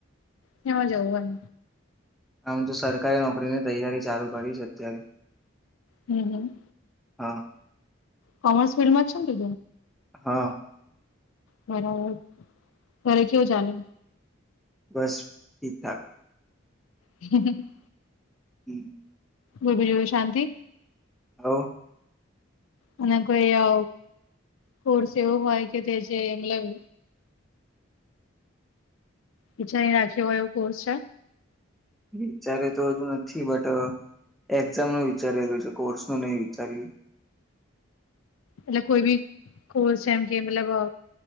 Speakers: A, on the left; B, in the centre.
A: કેમાં જવું એમ?
B: આમ તો સરકારી નોકરીની તૈયારી ચાલુ કરી છે અત્યારે.
A: હમ હમ.
B: હા.
A: કોમર્સ ફિલ્ડમાં છો કે?
B: હા.
A: બરાબર ઘરે કેવું ચાલે‌?
B: બસ ઠીક ઠાક.
A: હમ.
B: હમ.
A: બોલ બીજું શાંતિ?
B: હ ઉ
A: અને કોઈ અ કોર્સ એવો હોય કે તે જે મતલબ વિચારી રાખ્યો હોય એવો કોર્સ છે?
B: વિચારે તો હજુ નથી બટ એક્ઝામ નું વિચારેલું છે કોર્સ તો નહી વિચાર્યું
A: એટલે કોઈ બી કોર્સ એમ કે મતલબ અ